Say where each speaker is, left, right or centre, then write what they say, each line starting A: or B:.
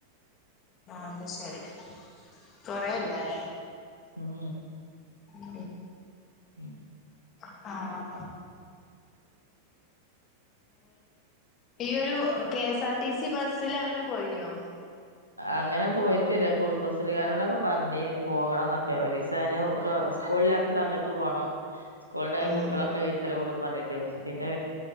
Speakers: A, on the left (about 30°); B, on the left (about 90°).
A: ആഹ് അത്ശരി കൊറേ ല്ല ല്ലേ
B: ഉം
A: ഉം
B: ഉം
A: ആഹ് ആഹ് ഈയൊരു K S R T C ബസ്സിൽ അങ്ങനെ പോയിനോ
B: അങ്ങനെ പോയിട്ടില്ല കുടുംബശ്രീകാരോടൊക്കെ പറഞ്ഞിനി പോകണം എന്നൊക്കെ ഒരുസ അയ്ന് ഒരു സ്കൂളില്ലാത്ത സമയത്ത് പോണം സ്കൂള് ഉണ്ടായ
A: ഉം
B: കുട്ടികളൊക്കെ
A: ഉം
B: <unintelligible> കൂടും പറഞ്ഞിട്ട് പിന്നെ